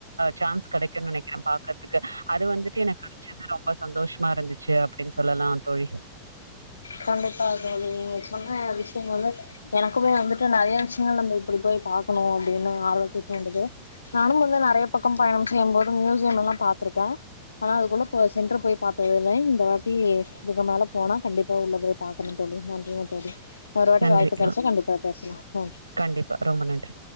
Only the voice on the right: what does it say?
சான்ஸ் ஆ கெடைக்கும்னு நெனைக்கிறே பாக்குறதுக்கு அது வந்துட்டு எனக்கு கெடைச் து ரொம்ப சந்தோஷமா இருந்துச்சு அப்படின்னு சொல்லலா தோழி
நன்றி.
அ
கண்டிப்பா ரொம்ப நன்றி